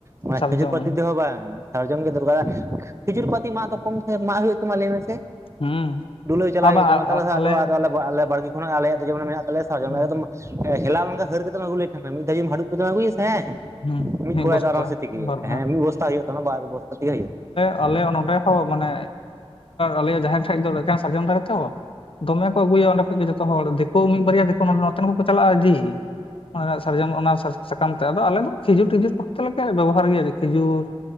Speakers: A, on the right; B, on the left.
A: ᱢᱟᱱᱮ
B: ᱥᱟᱨᱡᱚᱢ
A: ᱠᱷᱤᱡᱩᱨ ᱯᱟᱹᱛᱤ ᱛᱮᱦᱚᱸ ᱵᱟᱝ ᱥᱟᱨᱡᱚᱢ ᱜᱮ ᱫᱚᱨᱠᱟᱨᱟ ᱠᱷᱤᱡᱩᱨ ᱯᱟᱛᱤ ᱢᱟᱜ ᱫᱚ ᱠᱚᱢᱛᱮ ᱢᱟᱜ ᱦᱩᱭᱩᱜ ᱛᱟᱢᱟ ᱞᱟᱹᱭ ᱢᱮᱥᱮ
B: ᱦᱩᱸ
A: ᱰᱩᱞᱟᱹᱣ ᱪᱟᱞᱟᱜ
B: ᱟᱨ
A: ᱦᱩᱭᱩᱜ
B: ᱵᱟ
A: ᱛᱟᱢᱟ ᱛᱟᱦᱚᱞᱮ
B: ᱟᱞᱮ
A: ᱟᱫᱚ ᱟᱞᱮ ᱵᱟᱲᱜᱮ ᱠᱷᱚᱱᱟᱜ ᱟᱞᱮᱭᱟᱜ ᱡᱮᱢᱚᱱ ᱢᱮᱱᱟᱜ ᱛᱟᱞᱮᱭᱟ ᱥᱟᱨᱡᱚᱢ
B: ᱦᱩᱸ
A: ᱮᱠᱫᱚᱢ ᱦᱮᱞᱟᱣ ᱞᱮᱝᱠᱟ ᱦᱟᱹᱨ ᱠᱟᱛᱮᱢ ᱟᱹᱜᱩ ᱞᱮᱠᱷᱟᱱ ᱢᱤᱫ ᱫᱷᱟᱣ ᱦᱟᱲᱩᱵ ᱠᱟᱛᱮᱢ ᱟᱜᱩᱭᱟᱥᱮ ᱦᱮᱸ
B: ᱦᱩᱸ
A: ᱢᱤᱫ ᱠᱚᱨᱦᱟᱭ
B: ᱵᱚᱥᱛᱟ
A: ᱫᱚ ᱟᱨᱟᱢ ᱥᱮ ᱛᱮᱠᱤᱭᱟ
B: ᱵᱟᱨ
A: ᱦᱮᱸ ᱢᱤᱫ ᱵᱚᱥᱛᱟ ᱦᱩᱭᱩᱜ ᱛᱟᱢᱟ ᱵᱟᱨ ᱵᱚᱥᱛᱟ ᱛᱮᱜᱮ ᱦᱩᱭᱩᱜ
B: ᱟᱞᱮᱭᱟᱜ ᱱᱚᱸᱰᱮ ᱦᱚᱸ ᱢᱟᱱᱮ ᱟᱞᱮ ᱡᱟᱦᱮᱨ ᱴᱷᱮᱡ ᱫᱚ ᱮᱠᱮᱱ ᱥᱟᱨᱡᱚᱢ ᱫᱟᱨᱮ ᱛᱚ ᱫᱚᱢᱮ ᱠᱚ ᱟᱹᱜᱩᱭᱟ ᱚᱸᱰᱮ ᱠᱷᱚᱱ ᱜᱮ ᱡᱚᱛᱚ ᱦᱚᱲ ᱫᱤᱠᱩ ᱢᱤᱫ ᱵᱟᱨᱭᱟ ᱫᱤᱠᱩ ᱱᱚᱛᱮᱱ ᱠᱚᱠᱚ ᱪᱟᱞᱟᱜ-ᱟ ᱤᱫᱤ ᱚᱱᱟ ᱨᱮᱱᱟᱜ ᱥᱟᱨᱡᱚᱢ ᱚᱱᱟ ᱥᱟᱨᱡᱚᱢ ᱥᱟᱠᱟᱢ ᱛᱮ ᱟᱫᱚ ᱟᱞᱮ ᱫᱚ ᱠᱷᱤᱡᱩᱨ ᱴᱤᱡᱩᱨ ᱯᱚᱠᱛᱮᱞᱮ ᱵᱮᱵᱚᱦᱟᱨ ᱜᱮᱭᱟ ᱠᱷᱤᱡᱩᱨ